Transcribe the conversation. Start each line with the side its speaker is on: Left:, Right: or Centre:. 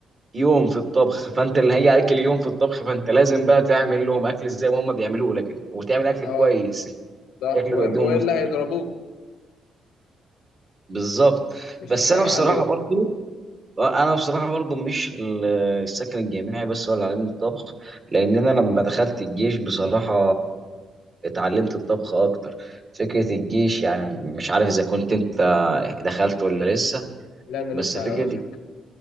Right: يوم في الطبخ فانت اللي هيجي عليك اليوم في الطبخ فانت لازم بقى تعمل لهم اكل زي ما هم بيعملوه لك وتعمل اكل
Left: اه
Right: كويس
Left: صح
Right: شكله
Left: وإم-
Right: يوديهم
Left: والا
Right: مستشفى
Left: هيضربوك
Right: بالظبط
Left: مش
Right: بس
Left: هتلاقي
Right: انا بصراحه
Left: عليهم
Right: برضو انا بصراحه برضو مش ال- السكن الجامعي بس ولا علم الطبخ لان انا لما دخلت الجيش بصراحه اتعلمت الطبخ اكتر فكره الجيش يعني مش عارف اذا كنت انت دخلت ولا لسه
Left: لا انا
Right: بس
Left: لسه
Right: فكره
Left: على وشك